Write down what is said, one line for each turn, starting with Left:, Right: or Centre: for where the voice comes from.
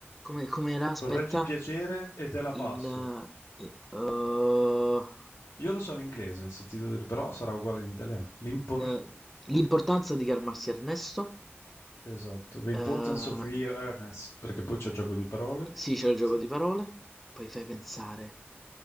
Centre: Come, com'era? Aspetta.
Left: correggi piacere e te la
Centre: Il...
Left: passo.
Centre: eh, eh,
Left: Io lo so in inglese, se ti devo dire, però sarà uguale in italiano. L'impor
Centre: Ehm, l'importanza di calmarsi Ernesto.
Left: esatto, "The
Centre: Ehm
Left: importance of the earnest", perché poi c'è gioco di parole.
Centre: Sì, c'è il
Left: Sì.
Centre: gioco di parole, poi fai pensare.